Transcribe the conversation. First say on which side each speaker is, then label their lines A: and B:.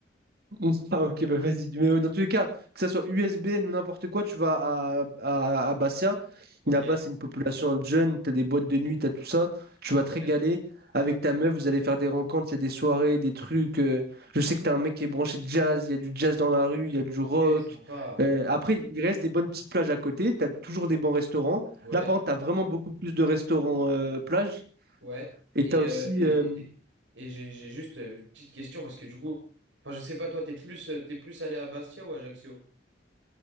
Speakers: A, on the right (about 55°); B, on the right (about 85°).
A: <laughs> Ah, ok, bah vas-y. Mais euh, dans tous les cas, que ça soit USBN ou n'importe quoi, tu vas à, à, à Bastia.
B: Ok,
A: Là-bas, c'est une population de jeunes, t'as des boîtes de nuit, t'as tout ça. Tu vas
B: ouais,
A: te régaler avec ta meuf, vous allez faire des rencontres, il y a des soirées, des trucs. euh, Je sais que t'as un mec qui est branché jazz, il y a du jazz dans la rue, il y a du
B: ok,
A: rock.
B: sympa,
A: Euh, après, il reste des bonnes petites plages à côté, t'as toujours des bons restaurants.
B: ouais,
A: Là, par contre, t'as vraiment beaucoup plus de restaurants euh, plages.
B: ouais.
A: Et
B: Et,
A: t'as aussi,
B: euh, et,
A: euh,
B: et, et j'ai j'ai juste euh, une petite question parce que du coup, enfin, je sais pas, toi, t'es plus, euh, t'es plus allé à Bastia ou à Ajaccio?